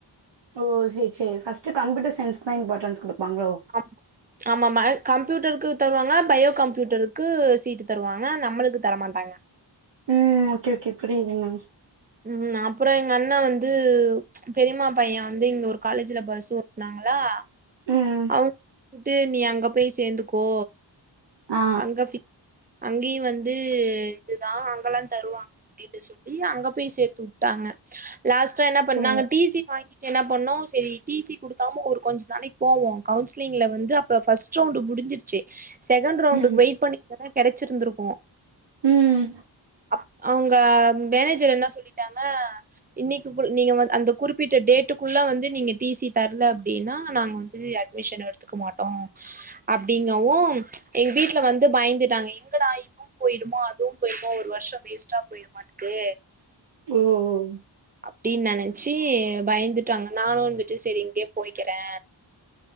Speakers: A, on the right; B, on the right.
A: ஓ செரி செரி ஃபஸ்ட்டு கம்யூட்டர் சைன்ஸ்க்குதா இம்பாட்டன்ஸ் குடுப்பாங்களோ
B: அம் ஆமாமா கம்ப்யூட்டருக்கு தருவாங்க பயோ கம்ப்யூட்டருக்கு சீட்டு தருவாங்க நம்மளுக்கு தரமாட்டாங்க
A: ம் ஓகே ஓகே புரியிதுங்க
B: ம் அப்றொ எங்க அண்ண வந்து பெரிய்மா பைய வந்து இங்க ஒரு காலேஜுல பஸ்ஸு ஓட்னாங்களா
A: ம்.
B: <inaudible> நீ அங்க போய் சேந்துக்கோ
A: ஆ.
B: அங்க ஃபி அங்கியு வந்து இதுதா அங்கல்லா தருவாங் அப்டினு சொல்லி அங்க போய் சேத்து உட்டாங்க லாஸ்ட்டா என்ன பண்ணாங்
A: ஓ!
B: நாங்க டி சி வாங்கிட்டு என்ன பண்ணோ செரி டி சி குடுக்காம ஒரு கொஞ்ச நாளைக் போவோ கவுன்சிலிங்ல வந்து இப்ப பஸ்ட்டு ரவுண்ட் முடிஞ்சிருச்சு செகண்ட் ரவுண்டு
A: ம்.
B: வெயிட் பண்ணி கெடைச்சிருந்திருக்கு
A: ம்.
B: அப் அவங்க மேனேஜர் என்ன சொல்லிட்டாங்க இன்னைக்கு நீங்க கு அந்த குறிப்பிட்ட டேட்டுக்குள்ளா வந்து நீங்க டிசி தரலா அப்டின்னா நாங்க வந்து அப் அட்மிஷன் எடுத்துக்க மாட்டோ அப்டிங்கவு எங்க வீட்டுலா வந்து பயந்துட்டாங்க எங்கடா இதுவு போயிமோ அதுவு போயடுமோ ஒரு வருஷ வேஸ்ட்டா போயிரு மட்டுக்கு
A: ஓ ஓ
B: அப்டின்னு நினைச்சு பயந்துட்டாங்க நானு வந்துட்டு செரி இங்கே போய்க்கிறே